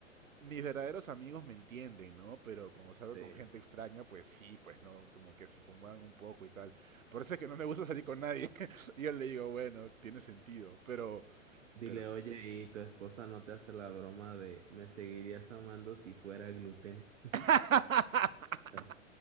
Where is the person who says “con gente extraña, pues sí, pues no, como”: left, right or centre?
Right